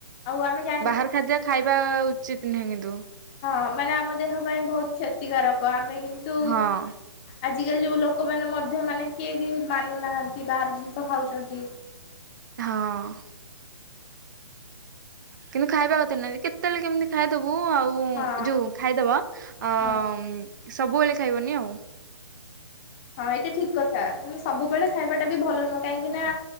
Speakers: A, on the left (about 20°); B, on the right (about 40°).
A: ଆଉ ଆମେ ଯା
B: ବାହାର ଖାଦ୍ୟ ଖାଇବା ଉଚିତ ନୁହେଁ କିନ୍ତୁ।
A: ହଁ ମାନେ ଆମ ଦେହ ପାଇଁ ବହୁତ କ୍ଷତିକାରକ ଆମେ କିନ୍ତୁ
B: ହଁ।
A: ଆଜିକାଲି ଯୋଉ ଲୋକମାନେ ମଧ୍ୟ ମାନେ କିଏ କେହି ମାନୁନାହାନ୍ତି ବାହାର ଜିନିଷ ଖାଉଚନ୍ତି।
B: ହଁ। କିନ୍ତୁ ଖାଇବା କଥା ନୁହେଁ କେତେବେଳେ କେମିତି ଖାଇଦେବୁ ଆଉ।
A: ହଁ
B: ଯୋଉ ଖାଇଦବ ଅ
A: ହଁ।
B: ସବୁବେଳେ ଖାଇବନି ଆଉ।
A: ହଁ ଏଟା ଠିକ୍ କଥା ମାନେ ସବୁବେଳେ ଖାଇବାଟା ବି ଭଲ ନୁହଁ କାହିଁକି ନା।